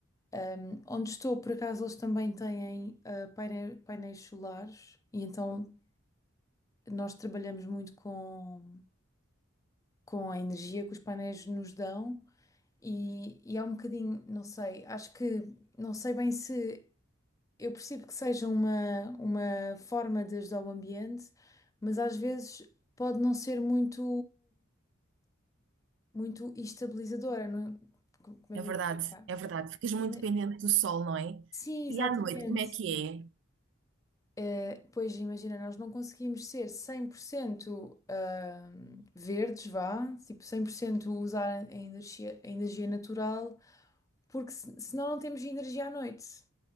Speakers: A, on the left; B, on the right.
A: Ahm, onde estou, por acaso, eles também têm ah, paine- painéis solares e então nós trabalhamos muito com, com a energia que os painéis nos dão e, e é um bocadinho, não sei, acho que não sei bem se eu percebo que seja uma, uma forma de ajudar o ambiente, mas às vezes pode não ser muito, muito estabilizadora, não- é? como é
B: É
A: que
B: verdade,
A: eu ia explicar?
B: é verdade. Ficas muito
A: Ima-
B: dependente do sol, não é?
A: Sim, exatamente.
B: E à noite, como é que é?
A: Eh, pois imagina, nós não conseguimos ser 100% ahm, verdes, vá, tipo 100% usar a energia, a energia natural, porque se- senão não temos energia à noite